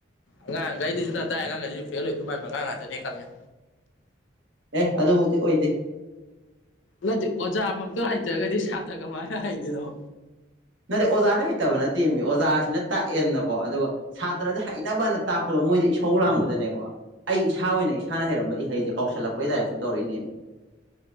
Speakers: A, on the left (about 75°); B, on the right (about 70°).
A: ꯑꯉꯥꯡꯒꯩꯗꯨꯖꯨ ꯅꯪꯅ ꯇꯥꯛꯢ ꯑꯉꯥꯡꯒꯩꯗꯨꯖꯨ ꯐꯦꯜ ꯑꯣꯏꯗꯧ ꯃꯥꯟꯕ ꯑꯉꯥꯡꯉꯥꯛꯇꯅꯦ ꯈꯪꯉꯦ꯫
B: ꯑꯦ ꯑꯗꯨꯕꯧꯗꯤ ꯑꯣꯏꯗꯦ
A: ꯅꯠꯇꯦ ꯑꯣꯖꯥꯃꯛꯇꯣ ꯍꯩꯇ꯭ꯔꯒꯗꯤ ꯁꯥꯇ꯭ꯔ ꯀꯃꯥꯏꯅ ꯍꯩꯗꯨꯢꯅꯣ꯫
B: ꯅꯠꯇꯦ ꯑꯣꯖꯥꯅ ꯍꯩꯇꯕ ꯅꯠꯇꯦꯃꯤ ꯑꯣꯖꯥꯁꯤꯅ ꯇꯥꯛꯑꯦꯅꯀꯣ ꯑꯗꯨꯒ ꯁꯥꯇ꯭ꯔꯗ ꯍꯩꯅꯕꯅ ꯇꯥꯛꯄꯗꯣ ꯃꯣꯏꯗ ꯏꯁꯧ ꯂꯥꯡꯕꯗꯅꯦꯀꯣ ꯑꯩ ꯏꯁꯥ ꯑꯣꯏꯅ ꯏꯁꯥꯅ ꯍꯩꯔꯝꯕ ꯏꯍꯩꯖꯦ ꯀꯥꯎꯁꯜꯂꯛꯄꯩ ꯇꯥꯏꯞ ꯁꯨꯝ ꯇꯧꯔꯏꯅꯦ꯫